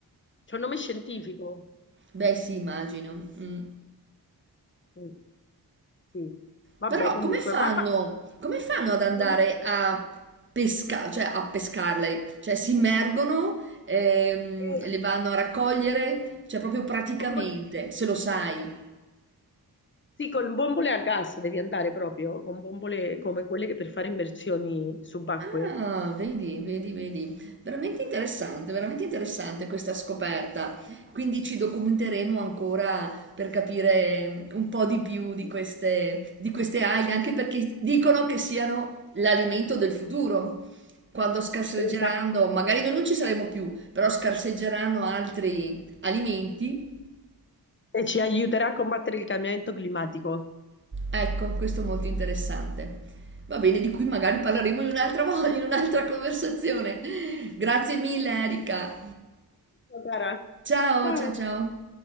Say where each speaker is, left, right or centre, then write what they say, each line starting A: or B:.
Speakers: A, on the left; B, on the right.
A: c'ha un nome scientifico.
B: beh, sì, immagino. Mm.
A: Mm, sì, vabbè,
B: Però
A: comunque,
B: come fanno,
A: va- va-
B: come fanno ad andare
A: secondo me-
B: a pesca, cioè a pescarle? Cioè si immergono, ehm,
A: eh,
B: le vanno a raccogliere, cioè proprio praticamente,
A: bombole-
B: se lo sai.
A: Sì, con bombole a gas devi andare proprio, con bombole come quelle che per fare immersioni subacquee.
B: Ah, vedi, vedi, vedi. Veramente interessante, veramente interessante questa scoperta. Quindi ci documenteremo ancora per capire un po' di più di
A: Sì.
B: queste, di queste alghe, anche perché dicono che siano l'alimento del futuro. Quando scarseggeranno,
A: Esatto.
B: magari noi non ci saremo più, però scarseggeranno altri alimenti.
A: E ci aiuterà a combattere il cambiamento climatico.
B: Ecco, questo è molto interessante. Va bene, di cui magari parleremo in un'altra vo- in un'altra conversazione. Grazie mille, Erika.
A: Ciao, cara.
B: Ciao,
A: Ciao.
B: ciao, ciao.